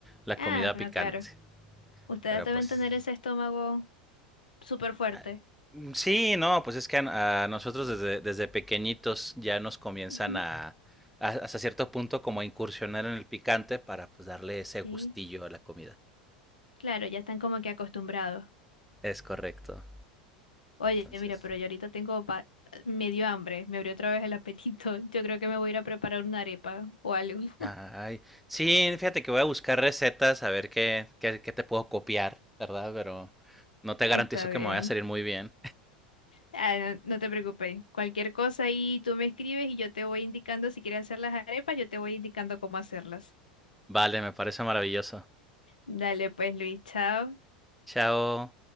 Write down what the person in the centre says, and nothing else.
la
comida picante.
Pero
pues.
ah, mm, Sí, no, pues es que a, a nosotros desde, desde pequeñitos ya nos comienzan
a, a- hasta cierto punto como a incursionar en el picante para pues darle ese
gustillo a la comida.
Es correcto.
Entonces,
ay, sí, fíjate que voy a buscar recetas a ver qué, qué, qué te puedo copiar, ¿verdad? Pero no te
garantizo que
me vaya a salir muy bien.
Vale, me parece maravilloso.
Chao.